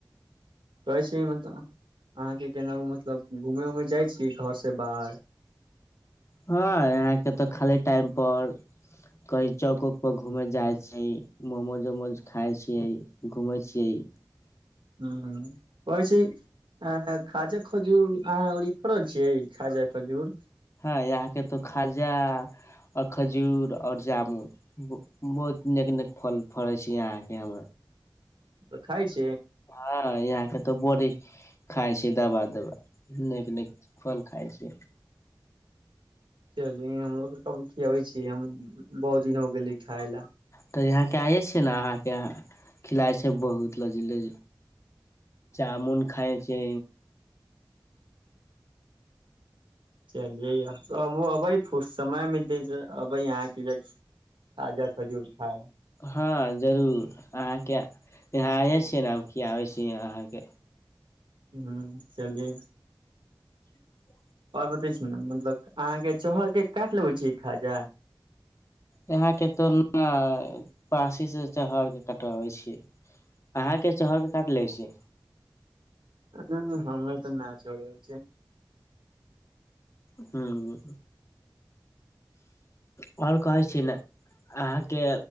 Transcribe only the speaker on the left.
ہاں آ کے تو خالی ٹائم پر کہیں چوک ووک پ گھوم جائے چ موموج ووموج کائے چ گھوم چے
ہاں یہاں کے تو خجہ اور کھجور اور جامن بہت نیک نک فل فڑے چ یہاں کے ہم
ہاں یہ آے تو بی کائے سے دوبا دوبا نیک نیک فل کائے سے
تو یہاں کے آئیے نا آ کے کھلائے سے بہت لی جامن کھائے سے
ہاں ضرور آاں کے یہاں آئےیں چے ن آ کی آ سے آاں کے
<unintelligible>
یہاں کے تو ن پاسی سے چہر کے کٹوی چ اہاں کے چہر کے کاٹ لیے سے
ہوں بڑکا آچےین اہاں کے